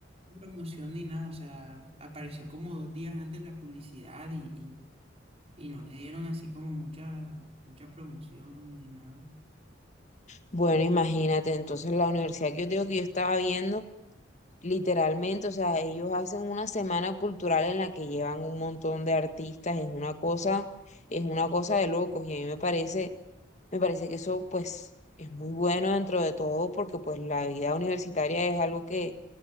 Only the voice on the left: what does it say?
Bueno, imagínate, entonces la universidad que yo te digo que yo estaba viendo, literalmente, o sea, ellos hacen una semana cultural en la que llevan un montón de artistas, es una cosa, es una cosa de locos y a mí me parece Me parece que eso pues es muy bueno dentro de todo porque pues la vida universitaria es algo que,